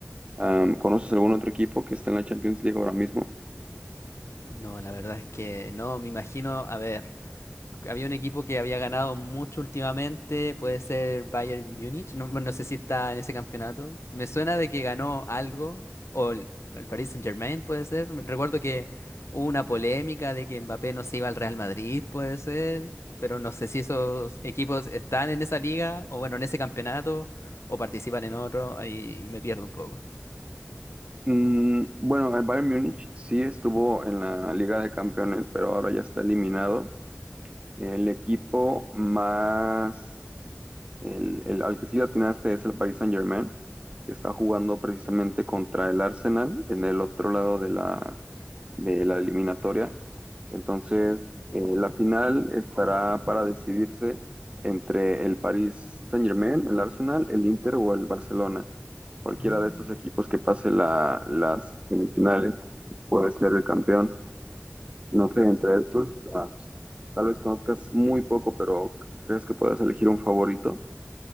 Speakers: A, on the right (about 25°); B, on the left (about 80°).
A: Am, ¿conoces algún otro equipo que está en la Champions League ahora mismo?
B: No, la verdad es que no, me imagino, a ver. Había un equipo que había ganado mucho últimamente, puede ser Bayern Múnich, no, no sé si está en ese campeonato. Me suena de que ganó algo, o el, el Paris Saint-Germain puede ser. Me- Recuerdo que hubo una polémica de que Mbappé no se iba al Real Madrid, puede ser, pero no sé si esos equipos están en esa liga, o bueno, en ese campeonato, o participan en otro, ahí me pierdo un poco.
A: Mm, bueno, el Bayern Múnich sí estuvo en la Liga de Campeones, pero ahora ya está eliminado. El equipo más, el, el- al que sí le atinaste es el Paris Saint-Germain, que está jugando precisamente contra el Arsenal en el otro lado de la, de la eliminatoria. Entonces, eh, la final estará para decidirse entre el Paris Saint-Germain, el Arsenal, el Inter o el Barcelona. Cualquiera
B: Mm.
A: de estos equipos que pase la, las semifinales puede ser el campeón. No sé, entre estos, ah, Tal vez conozcas muy poco, pero crees que puedas elegir un favorito.